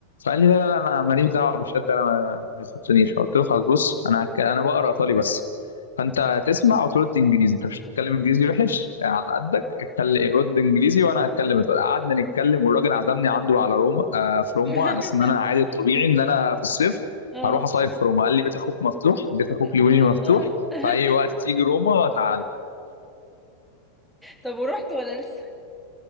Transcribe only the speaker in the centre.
<laughs>
اه
والله
<laughs>
طب ورحت ولا لسه